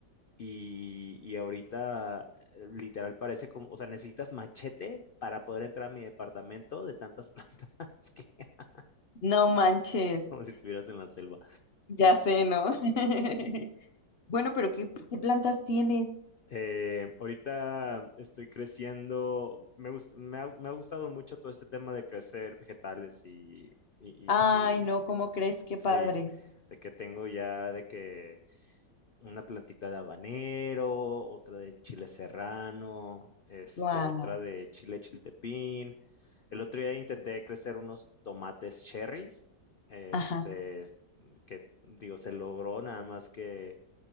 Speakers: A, on the left; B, on the left.
A: Y, y ahorita eh, literal parece como, o sea, necesitas machete para poder entrar a mi departamento de tantas <laughs> plantas que <laughs>
B: No manches,
A: como si estuvieras en la selva.
B: ya sé, ¿no? <laughs> Bueno, pero ¿qué, qué plantas tienes?
A: Eh, ahorita estoy creciendo, me gust- me ha, me ha gustado mucho todo este tema de crecer vegetales y, y,
B: Ay,
A: y-
B: no,
A: y,
B: ¿cómo crees? Qué
A: sí,
B: padre.
A: de que tengo ya de que una plantita de habanero, otra de chile serrano, este,
B: ¡Guau!
A: otra de chile chiltepín. El otro día intenté crecer unos tomates cherries, este,
B: Ajá,
A: que digo, se logró nada más que,